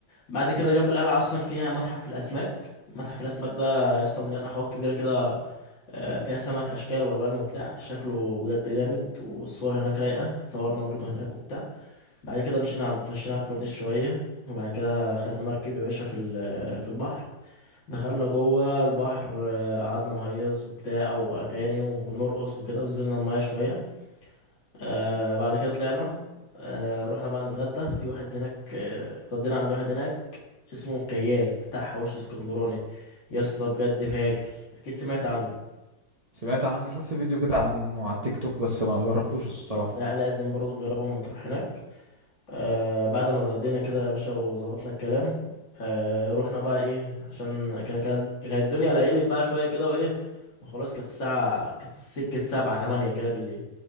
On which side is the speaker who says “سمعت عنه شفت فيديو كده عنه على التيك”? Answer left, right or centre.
Right